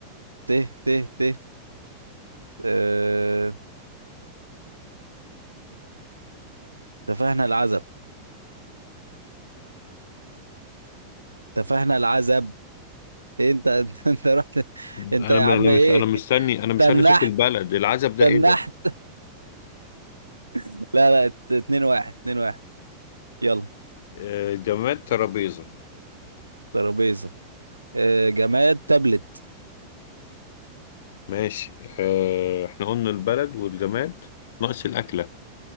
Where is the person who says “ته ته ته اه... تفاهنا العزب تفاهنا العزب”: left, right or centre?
Right